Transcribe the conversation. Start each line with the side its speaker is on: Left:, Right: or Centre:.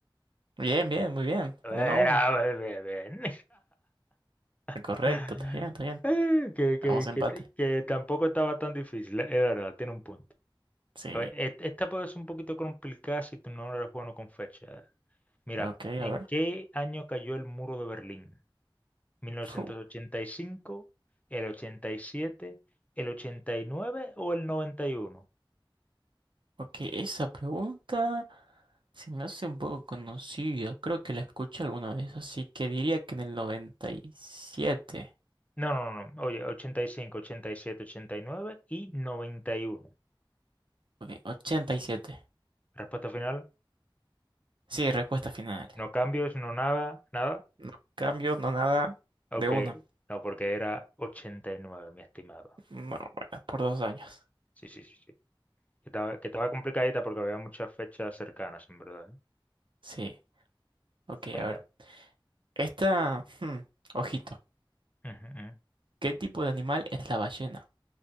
Right: Bien, bien, muy bien.
Left: Ver,
Right: Uno a uno.
Left: árabe, ve- ven. <laughs>
Right: Correcto, está bien, está bien.
Left: Eh, Que, que,
Right: Vamos a
Left: que,
Right: empate.
Left: que tampoco estaba tan difícil, es verdad, tiene un punto.
Right: Sí.
Left: A ver, et- esta puede ser un poquito complicada si tú no eres bueno con fecha. Mira,
Right: Ok,
Left: ¿en
Right: a ver.
Left: qué año cayó el muro de Berlín? ¿1985,
Right: <laughs>
Left: el 87, el 89 o el 91?
Right: Porque esa pregunta se me hace un poco conocida. Creo que la escuché alguna vez, así que diría que en el 97.
Left: No, no, no. no. Oye, 85, 87, 89 y 91.
Right: Ok, 87.
Left: Respuesta final,
Right: Sí, respuesta final.
Left: no cambios, no nada, nada.
Right: No cambio, no nada.
Left: Ok,
Right: De una.
Left: no, porque era 89, mi estimado.
Right: No, bueno, por dos años.
Left: Sí, sí, sí, sí. Que estaba, que estaba complicadita porque había muchas fechas cercanas, en verdad, ¿eh?
Right: Sí. Ok,
Left: Cuéntame.
Right: a ver. Esta... hmm, ojito.
Left: Ujú, ujú.
Right: ¿Qué tipo de animal es la ballena?